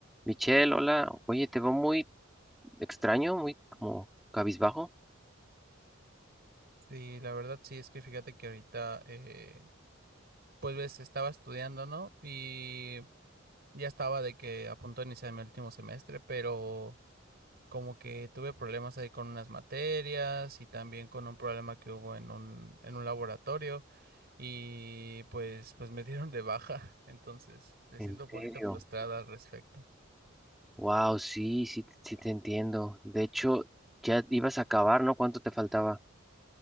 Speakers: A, in the centre; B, on the right (about 50°).
A: Michelle, hola. Oye, te veo muy extraño, muy como cabizbajo.
B: Sí, la verdad sí, es que fíjate que ahorita, eh, pues ves, estaba estudiando, ¿no? Y ya estaba de que a punto de iniciar mi último semestre, pero como que tuve problemas ahí con unas materias y también con un problema que hubo en un, en un laboratorio y pues, pues me <laughs> dieron de baja, <laughs> entonces me
A: ¿En
B: siento un poquito
A: serio?
B: frustrada al respecto.
A: Wow, sí, sí, te- sí te entiendo. De hecho, ya ibas a acabar, ¿no? ¿Cuánto te faltaba?